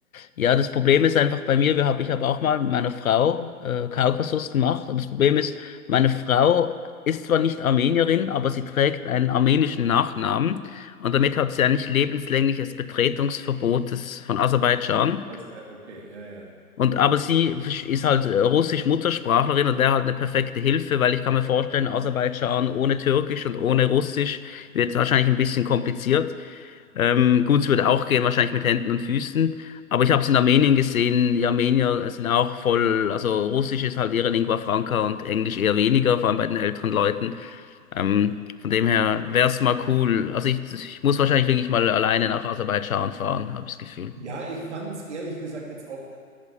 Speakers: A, on the left (about 65°); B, on the right (about 50°).
A: ja, das Problem ist einfach bei mir, wir hab, ich habe auch mal mit meiner Frau äh, Kaukasus gemacht, aber das Problem ist, meine Frau ist zwar nicht Armenierin, aber sie trägt einen armenischen Nachnamen und damit hat sie eigentlich lebenslängliches Betretungsverbot des, von Aserbaidschan.
B: Also, äh, okay, ja, ja.
A: Und aber sie ist halt äh, russisch Muttersprachlerin und wäre halt eine perfekte Hilfe, weil ich kann mir vorstellen, Aserbaidschan ohne Türkisch und ohne Russisch wird wahrscheinlich ein bisschen kompliziert. Ähm, gut, es würde auch gehen, wahrscheinlich mit Händen und Füßen. Aber ich habe es in Armenien gesehen, die Armenier sind auch voll, also Russisch ist halt ihre Lingua franca und Englisch eher weniger, vor allem bei den älteren Leuten. Ähm, von dem her wäre es mal cool. Also ich, ich muss wahrscheinlich wirklich mal alleine nach Aserbaidschan fahren, habe ich das Gefühl.
B: Ja, ich fand es ehrlich gesagt jetzt auch